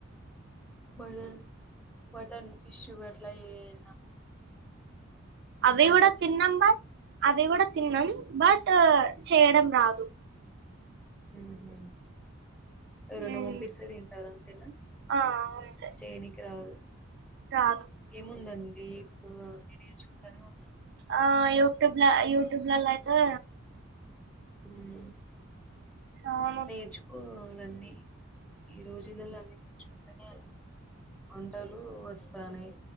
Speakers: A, in the centre; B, on the right (about 55°).
A: మరి మటన్ ఫిష్ గట్ల ఏఅయిన
B: అవి గూడా
A: పచ్చడి
B: తిన్నం బర్ అవి గూడా తిన్నాం బట్ చేయడం రాదు
A: ఊహూ ఎవరన్నా
B: మ్మ్
A: పంపిస్తే తింటారు అంతేనా
B: ఆ అంతే
A: చేయనికి రాదు
B: రాదు
A: ఏముందం ఇప్పుడు నేర్చుకుంటనే వస్
B: ఆ యూట్యూబ్ల యూట్యూబ్లల్లో అయితే
A: హ్మ్
B: చానా
A: నేర్చుకోవాలన్నీ ఈ రోజులల్లోనే సరే అండి వంటలు వస్ చ్చాని